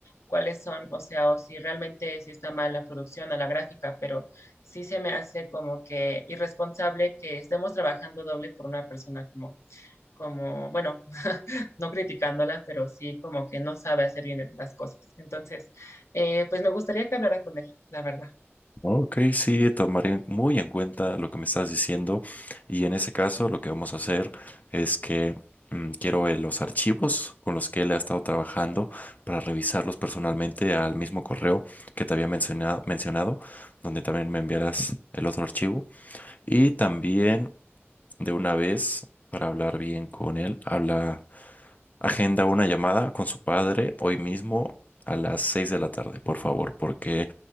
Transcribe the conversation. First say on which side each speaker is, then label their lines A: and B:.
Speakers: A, on the left (about 80°); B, on the left (about 35°).
A: cuáles son, o sea, o si realmente sí está mal la producción a la gráfica, pero sí se me hace como que irresponsable que estemos trabajando doble por una persona como, como, bueno, <laughs> no criticándola, pero sí como que no sabe hacer bien las cosas. Entonces, eh, pues me gustaría que hablara con él, la verdad.
B: Ok, sí, tomaré muy en cuenta lo que me estás diciendo y en ese caso lo que vamos a hacer es que mm, quiero eh, los archivos con los que él ha estado trabajando para revisarlos personalmente al mismo correo que te había mencionado, mencionado, donde también me enviarás el otro archivo y también de una vez para hablar bien con él, habla Agenda una llamada con su padre hoy mismo a las 6 de la tarde, por favor, porque